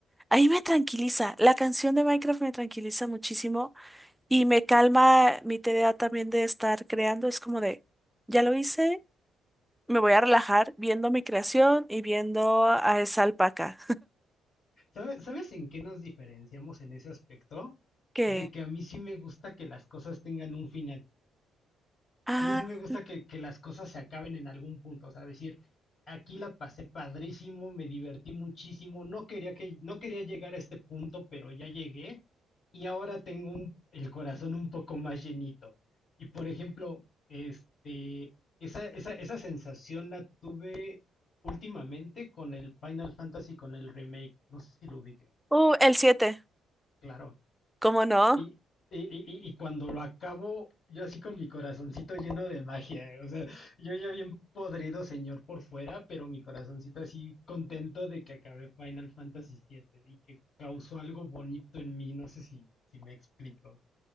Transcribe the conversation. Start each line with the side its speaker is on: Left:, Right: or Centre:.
Centre: Ahí me tranquiliza. La canción de Minecraft me tranquiliza muchísimo y me calma mi TDA también de estar creando. Es como de, ya lo hice, me voy a relajar viendo mi creación y viendo a esa alpaca.
Left: ¿Sabe- ¿Sabes en qué nos diferenciamos en ese aspecto?
Centre: Que,
Left: De que a mí sí me gusta que las cosas tengan un final.
Centre: ah,
Left: A mí sí me gusta que, que las cosas se acaben en algún punto, o sea, decir, aquí la pasé padrísimo, me divertí muchísimo, no quería que, no quería llegar a este punto, pero ya llegué y ahora tengo un- el corazón un poco más llenito. Y por ejemplo, este, esa, esa, esa sensación la tuve últimamente con el Final Fantasy, con el remake, no sé si lo ubiqué,
Centre: uh, el siete
Left: claro.
Centre: ¿cómo no?
Left: Y, y, y, y cuando lo acabo, yo así con mi corazoncito lleno de magia, o sea, yo ya bien podrido señor por fuera, pero mi corazoncito así contento de que acabé Final Fantasy siete y que causó algo bonito en mí, no sé si, si me explico,